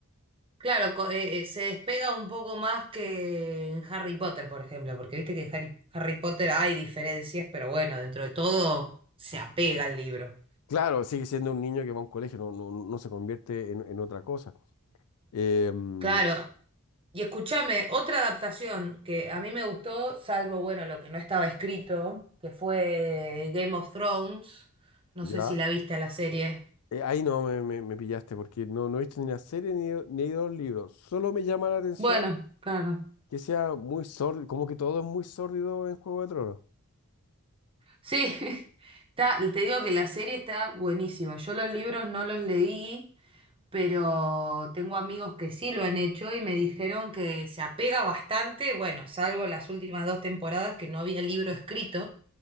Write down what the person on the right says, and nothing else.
Claro, co- eh, eh, se despega un poco más que en Harry Potter, por ejemplo, porque viste que en Harry, Harry Potter hay diferencias, pero bueno, dentro de todo se apega al libro.
Claro. Y escúchame, otra adaptación que a mí me gustó, salvo, bueno, lo que no estaba escrito, que fue Game of Thrones. No
sé si la viste la serie.
Bueno, claro.
Sí, <laughs> está, te digo que la serie está buenísima. Yo los libros no los leí, pero tengo amigos que sí lo han hecho y me dijeron que se apega bastante, bueno, salvo las últimas dos temporadas que no había libro escrito